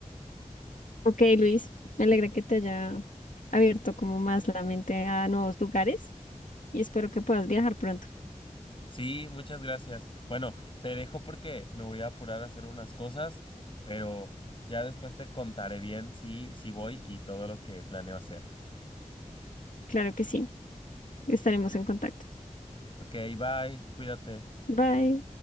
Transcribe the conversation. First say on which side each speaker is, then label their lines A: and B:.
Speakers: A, on the left; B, on the left.
A: Ok, Luis, me alegra que te haya abierto como más la mente a nuevos lugares y espero que puedas viajar pronto.
B: Sí, muchas gracias. Bueno, te dejo porque me voy a apurar a hacer unas cosas, pero ya después te contaré bien si, si voy y todo lo que planeo hacer.
A: Claro que sí, estaremos en contacto.
B: Ok, bye, cuídate.
A: Bye.